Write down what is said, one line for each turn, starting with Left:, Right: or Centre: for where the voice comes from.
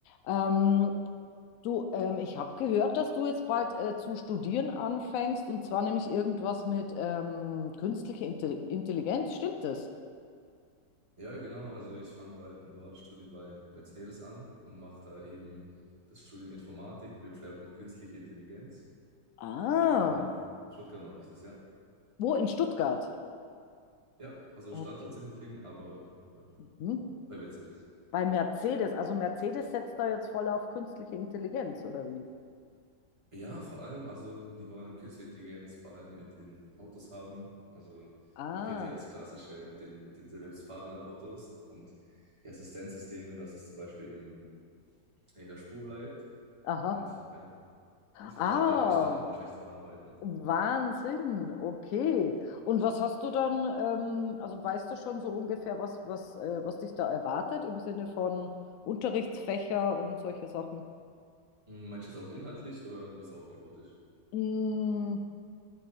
Left: Ähm, du, ähm, ich habe gehört, dass du jetzt bald äh, zu studieren anfängst und zwar nämlich irgendwas mit ähm, künstlicher Intelli- Intelligenz. Stimmt das?
Right: Ja, genau. Also ich fange bald ein duales Studium bei Mercedes an und mache da eben das Studium Informatik mit dem Schwerpunkt Künstliche Intelligenz.
Left: Ah,
Right: Äh, in, in Stuttgart mache ich das, ja.
Left: wo? In Stuttgart.
Right: Ja, also
Left: Okay.
Right: Standort Sindelfingen, aber ja,
Left: Hm?
Right: bei Mercedes.
Left: Bei Mercedes. Also Mercedes setzt da jetzt voll auf künstliche Intelligenz, oder wie?
Right: Ja, vor allem, also die wollen Künstliche Intelligenz vor allem in den Autos haben. Also
Left: Ah,
Right: man kennt ja das Klassische mit den, mit den selbstfahrenden Autos und die Assistenzsysteme, dass es zum Beispiel im, in der Spur bleibt.
Left: aha.
Right: Und ja, das,
Left: Ah,
Right: da, da würde ich dann wahrscheinlich dran arbeiten.
Left: Wahnsinn, okay. Und was hast du dann, ähm, also weißt du schon so ungefähr, was, was, äh, was dich da erwartet im Sinne von Unterrichtsfächer und solche Sachen?
Right: Hm, Meinst du jetzt auch inhaltlich oder wie es aufgebaut ist?
Left: Mm,